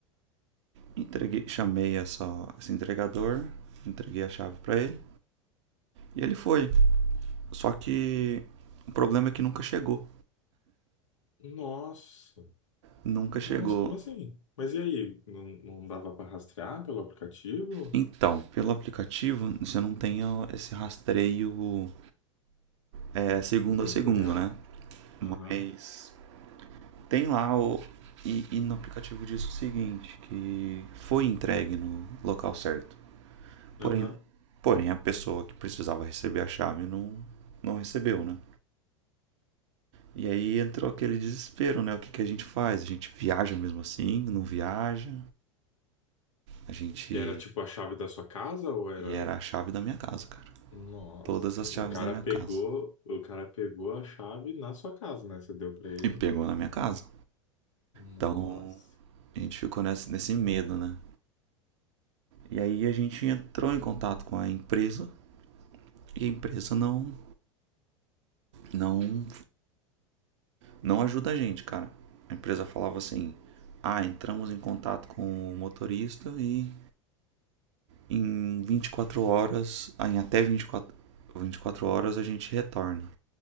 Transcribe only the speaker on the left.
Nossa.
Nossa, como assim? Mas e aí? Não, não dava pra rastrear pelo aplicativo?
Em tempo
real?
Aham.
Aham.
E era tipo a chave da sua casa ou era...
Nossa.
E o cara
pegou...
O cara pegou a chave na sua casa, né? Você deu pra ele.
Nossa.